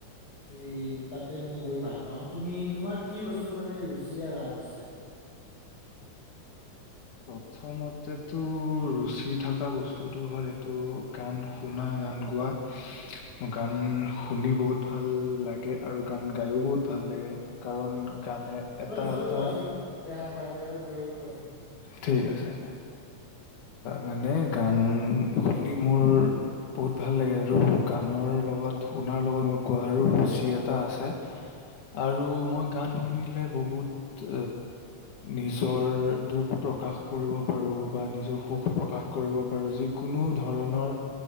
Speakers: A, on the left; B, on the left.
A: স তাতে মানে গৈ ভাল পাওঁ তুমি তোমাৰ কি বস্তুত মানে ৰুচি আৰু ৰাভ আছে
B: প্ৰথমতেটো ৰুচি থকা বস্তুটো হ'ল এইটো গান শুনা গান গোৱা গান শুনি বহুত ভাল লাগে আৰু গান গাই ও বহুত ভাল লাগে কাৰণ গানে এটা
A: অলপ জোৰত
B: এটা
A: কোৱাচোন বেয়া নাপালে অলপ জোৰত কোৱাচোন
B: ঠিক আছে মানে গান শুনি মোৰ বহুত ভাল লাগে আৰু গানৰ লগত শুনাৰ লগত মোৰ গোৱাৰো ৰুচি এটা আছে। আৰু মই গান শুনিলে বহুত নিজৰ দুখ প্ৰকাশ কৰিব পাৰো বা নিজৰ সুখ প্ৰকাশ কৰিব পাৰোঁ যিকোনো ধৰণৰ